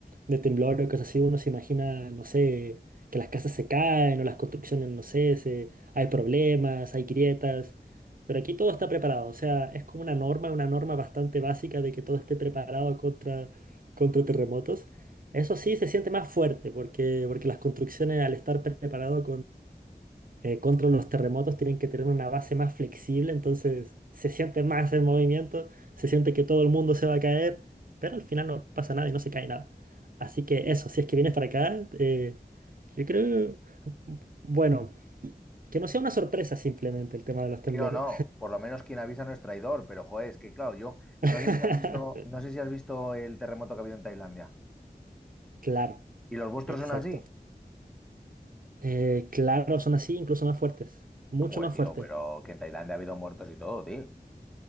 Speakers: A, on the right; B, in the centre.
A: de temblor o cosas así, uno se imagina, no sé, que las casas se caen o las construcciones, no sé, se- hay problemas, hay grietas, pero aquí todo está preparado, o sea, es como una norma, una norma bastante básica de que todo esté preparado contra, contra terremotos. Eso sí se siente más fuerte porque, porque las construcciones al estar preparado eh, contra los terremotos tienen que tener una base más flexible, entonces se siente más el movimiento, se siente que todo el mundo se va a caer, pero al final no pasa nada y no se cae nada. Así que eso, si es que vienes para acá, eh, yo creo, bueno, que no sea una sorpresa simplemente el tema de los
B: Sí,
A: temblores.
B: no, no. Por lo menos quien avisa no es traidor, pero joder, es que claro, yo
A: <laughs>
B: no sé si has visto, no sé si has visto el terremoto que ha habido en Tailandia.
A: Claro,
B: ¿Y los vuestros
A: exacto.
B: son así?
A: Eh, claro, son así, incluso más fuertes, mucho
B: Joder,
A: más
B: tío,
A: fuertes.
B: pero que en Tailandia ha habido muertos y todo, tío.